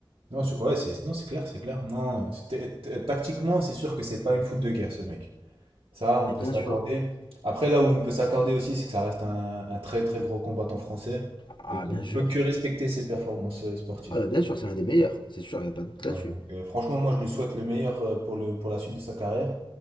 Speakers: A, on the right (about 85°); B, on the left (about 60°).
A: Non, c'est- ouais, c'est, non, c'est clair, c'est clair. Non, c'était- t- tactiquement, c'est sûr que c'est pas une foot de guerre, ce mec. Ça, on
B: Et
A: peut
B: bien
A: se
B: sûr.
A: l'accorder. Après, là où on peut s'accorder aussi, c'est que ça reste un, un très très gros combattant français
B: Ah,
A: et qu'on
B: bien
A: ne
B: sûr.
A: peut que respecter ses performances euh, sportives.
B: Ah, bah bien sûr, c'est l'un des meilleurs. C'est sûr, y a pas de doute là-dessus.
A: Ouais, donc, euh, franchement, moi, je lui souhaite le meilleur euh, pour le, pour la suite de sa carrière